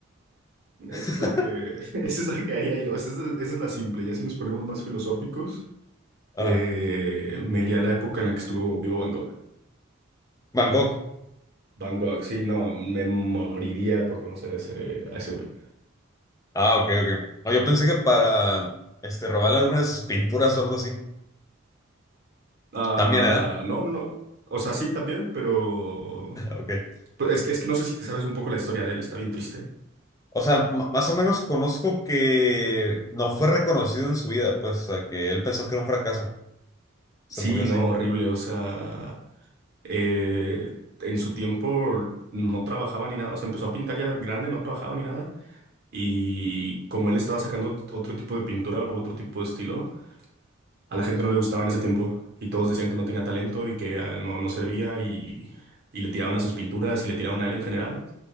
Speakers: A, on the right; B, on the left.
A: Esa
B: <laughs>
A: es la que, <laughs> esa es la que haría yo, esa es, esa es la simple. Ya si nos ponemos más filosóficos,
B: Ah,
A: eh, me iría a la época en la que estuvo vivo Van Gogh.
B: Van Gogh.
A: Van Gogh, sí, no, me moriría por conocer a ese, a ese güey.
B: Ah, ok, ok. No, yo pensé que para, este, robarle alguna de sus pinturas o algo así.
A: Ah,
B: También, ¿eh?
A: no, no, no. O sea, sí, también, pero...
B: Ok.
A: pero Es que, es que no sé si te sabes un poco la historia de él, está bien triste.
B: O sea, m- más o menos conozco que no fue reconocido en su vida, pues, o sea, que él pensó que era un fracaso. Se
A: Sí,
B: murió así.
A: no, horrible. O sea, eh, en su tiempo no trabajaba ni nada. O sea, empezó a pintar ya grande, no trabajaba ni nada. Y como él estaba sacando otro tipo de pintura o otro tipo de estilo, a la gente no le gustaba en ese tiempo. Y todos decían que no tenía talento y que ah, no, no servía y, y le tiraban a sus pinturas y le tiraban a él en general.